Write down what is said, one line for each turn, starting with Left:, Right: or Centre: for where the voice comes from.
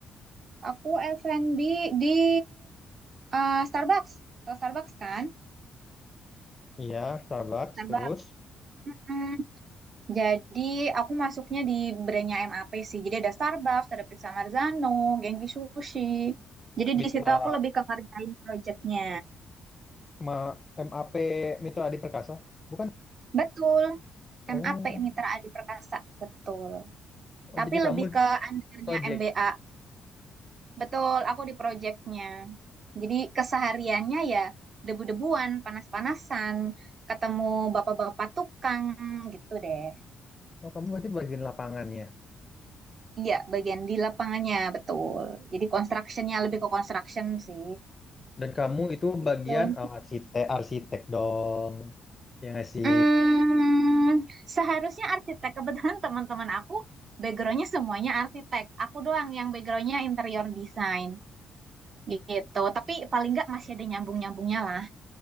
Right: Aku F&B di eh, Starbucks. Atau Starbucks kan?
Left: Iya, Starbucks.
Right: Starbucks.
Left: Terus
Right: Hmm, Jadi aku masuknya di brandnya M A P sih. Jadi ada Starbucks, ada Pizza Marzano, Genki Sushi. Jadi
Left: Mitra
Right: di situ aku lebih ke ngerjain proyeknya.
Left: ma- M A P Mitra Adi Perkasa, bukan?
Right: Betul,
Left: Oh,
Right: M A P Mitra Adi Perkasa, betul.
Left: oh,
Right: Tapi
Left: jadi kamu
Right: lebih ke undernya
Left: project.
Right: M B A. Betul, aku di proyeknya. Jadi kesehariannya ya debu-debuan, panas-panasan, ketemu bapak-bapak tukang gitu deh.
Left: Oh, kamu berarti bagian lapangannya.
Right: Iya, bagian di lapangannya, betul. Jadi constructionnya lebih ke construction sih.
Left: Dan kamu itu
Right: gitu.
Left: bagian oh, arsitek, arsitek dong. Ya nggak sih?
Right: Mm, seharusnya arsitek. Kebetulan teman-teman aku backgroundnya semuanya arsitek. Aku doang yang backgroundnya interior design gitu. Tapi paling nggak masih ada nyambung-nyambungnya lah.